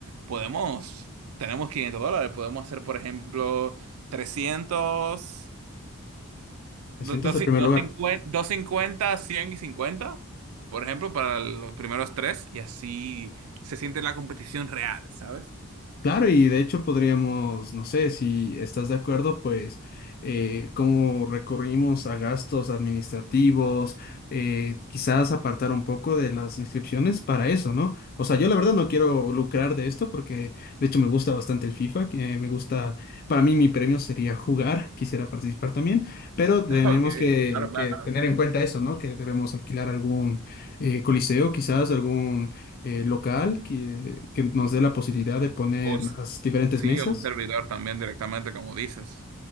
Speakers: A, on the right (about 75°); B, on the left (about 40°).
A: podemos, tenemos quinientos dólares, podemos hacer, por ejemplo, 300,
B: ¿Te
A: do-
B: sientas
A: doci-
B: el primer
A: 250,
B: lugar?
A: 50 100 y cincuenta por ejemplo, para los primeros tres, y así se siente la competición real, ¿sabes?
B: Claro, y de hecho podríamos, no sé, si estás de acuerdo, pues eh, cómo recurrimos a gastos administrativos, eh, quizás apartar un poco de las inscripciones para eso, ¿no? O sea, yo la verdad no quiero lucrar de esto porque de hecho me gusta bastante el FIFA, que me gusta, para mí mi premio sería jugar, quisiera participar también, pero tenemos
A: <laughs> Ok,
B: que,
A: claro, claro.
B: que tener en cuenta eso, ¿no? Que debemos alquilar algún eh, coliseo, quizás algún eh, local que, que nos dé la posibilidad de poner
A: O un-
B: las diferentes
A: sí,
B: mesas.
A: o un servidor también directamente, como dices.